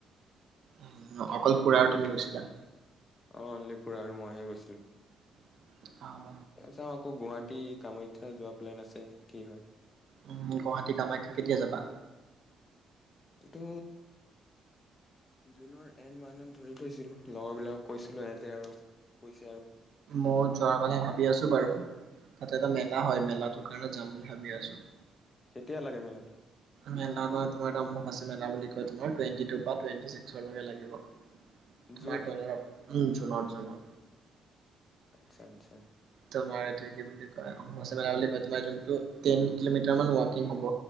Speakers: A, on the right (about 65°); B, on the left (about 35°).
A: উ অকল খুুৰা আৰু তুমি গৈছিলা?
B: অ, অনলি খুৰা আৰু মইহে গৈছিলো।
A: অ।
B: চাও আকৌ গুৱাহাটী কামাখ্যা যোৱা প্লেন আছে, কি হয়।
A: উ, গুৱাহাটী কামাখ্যা কেতিয়া যাবা?
B: এইটো জুনৰ এন্ড মানত ধৰি থৈছিলো। লগৰবিলাকক কৈছিলো। ইহতে আৰু কৈছিল
A: মই যোৱাৰ কথা ভাবি আছো বাৰু। তাতে এটা মেলা হয়, মেলাত দ কাৰণে যাম বুলি ভাবি আছো।
B: কেতিয়া লাগে মেলাটো?
A: মেলা বা তোমাৰ নাম অম্বুবাচী মেলা বুলি কয়। তোমাৰ টুৱেন্টি টুৰ পৰা টুৱেন্টি ছিক্সলৈকে লাগিব। তোমাৰ
B: জুন
A: তলৰ জুনত, জুনত।
B: আচ্ছা, আচ্ছা
A: তোমাৰ এইটো কি বুলি কয়, অম্বুবাচী মেলা বুলি কয়। তোমাৰ যোনটো টেন কিলোমিটাৰ মান ৱাকিং হ'ব,